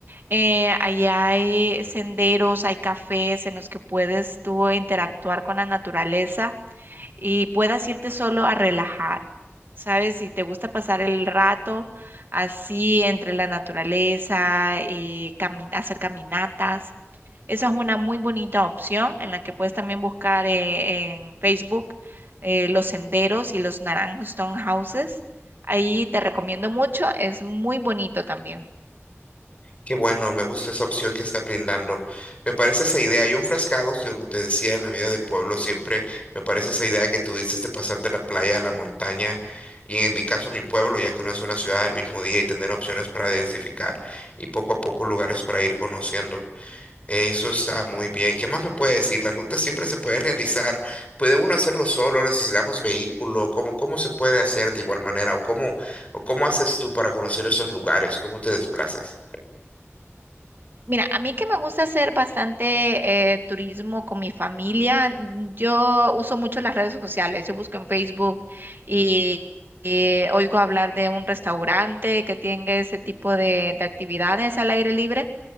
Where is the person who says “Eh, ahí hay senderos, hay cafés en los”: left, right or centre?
Right